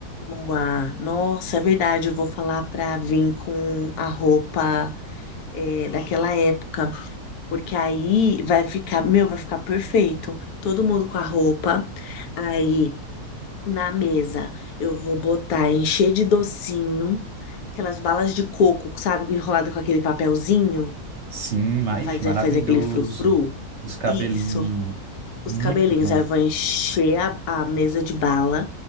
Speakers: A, on the left; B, on the right.
A: Boa! Nossa, é verdade, eu vou falar pra vir com a roupa é, daquela época, porque aí vai ficar, meu, vai ficar perfeito. Todo mundo com a roupa, aí na mesa eu vou botar, encher de docinho, aquelas balas de coco, sabe, enrolada com aquele papelzinho
B: Sim, mas
A: que faz,
B: maravilhoso.
A: é, faz aquele frufru.
B: Os cabelinhos,
A: Isso, Os
B: muito
A: cabelinhos,
B: bom.
A: aí vou encher a, a mesa de bala